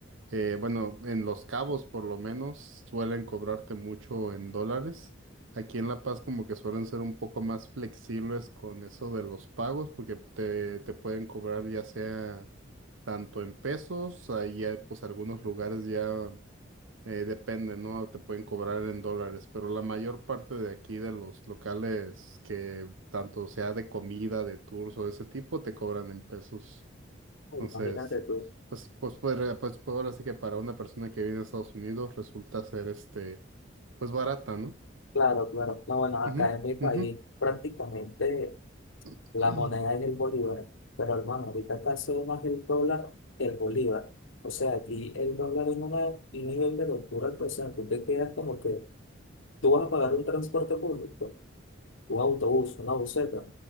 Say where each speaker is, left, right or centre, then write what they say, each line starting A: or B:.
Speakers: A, on the right; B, on the left.
A: eh, bueno, en Los Cabos por lo menos suelen cobrarte mucho en dólares. Aquí en La Paz como que suelen ser un poco más flexibles con eso de los pagos, porque te, te pueden cobrar ya sea tanto en pesos, ahí hay, pues algunos lugares ya eh, depende, ¿no? Te pueden cobrar en dólares, pero la mayor parte de aquí de los locales que tanto sea de comida, de tours o de ese tipo, te cobran en pesos. Entonces,
B: Imagínate tú.
A: pues, pues, pues, re- pues, pues, ahora sí que para una persona que viene a Estados Unidos resulta ser este, pues barata, ¿no?
B: Claro, claro. No, bueno, acá
A: Ujú,
B: en mi país
A: ujú,
B: prácticamente
A: <clears throat>
B: la moneda es el bolívar, pero hermano, ahorita acá se ve más el dólar que el bolívar. O sea, aquí el dólar es una- un nivel de locura, que, o sea, tú te quedas como que tú vas a pagar un transporte público. un autobús, una buseta.